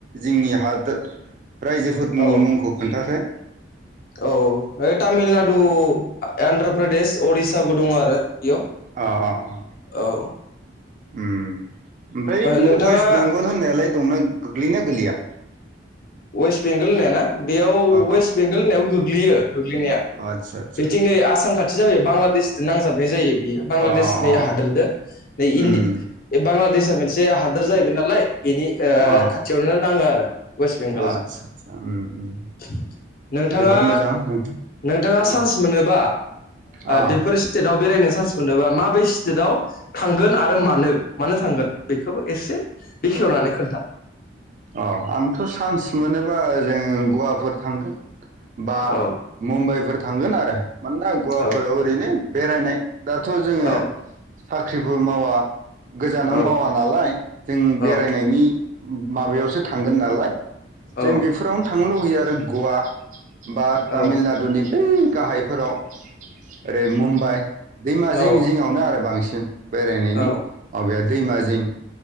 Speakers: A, on the right; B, on the left.
A: जोंनि हादोर रायजोफोरनि
B: औ
A: मुंखौ खोन्थासाय
B: औ तामिलनाडु आन्ध्र प्रदेश उरिसाबो दङ आरो इयाव
A: अ अ अ
B: औ
A: ओमफ्राय बे
B: नोंथाङा
A: वेस्ट बेंगल होननायालाय दंना गोग्लैना गोलैया
B: वेस्ट बेंगल होननाय ना बेयाव
A: अ
B: वेस्ट
A: अ
B: बेंगल होननायाव गोग्लैयो गोग्लैनाया
A: आदसा आदसा
B: बेथिंनोै
A: आदसा
B: आसाम खाथि जाबाय बांलादेशजों नांजाबनाय जायो बे
A: अ
B: बांलादेशनि
A: अ
B: हादोरदो नै इया
A: उम
B: बांलादेशआ मोनसे हादोर जाहैबाय नालाय बेनि
A: अ
B: खाथियावनो नाङो आरो बस
A: आदसा
B: नोंथाङा
A: आदसा उम उम जोबोद मोजां नोंथां
B: नोंथाङा
A: अ
B: चान्स मोनोबा
A: अ
B: बेफोर बेरायनो चान्स मोनोबा माबे स्टेटआव थांगोन आरो मानो मानो थांगोन बेखौ बेखौबो एसे बेखेवनानै खोन्था
A: अ आंथ' चान्स मोनोबा ओजों गवाफोर थांगोन बा
B: औ
A: मुम्बाइफोर थांगोन आरो मानोना गवाफोराव
B: औ
A: ओरैनो बेरायनाय दाथ' जोङो
B: औ
A: साख्रिबो मावा गोजानाव
B: औ
A: मावा नालाय जों
B: औ
A: बेरायनायनि माबायावसो थांगोन नालाय जों
B: औ
A: बेफोरावनो थांनो लुबैयो आरो गवा बा तामिलनाडुनि
B: औ
A: बै गाहायफोराव ओरै मुम्बाइ दैमा जिं
B: औ
A: जिङआवनो आरो बांसिन बेरायनायनि
B: औ
A: माबाया दैमा जिं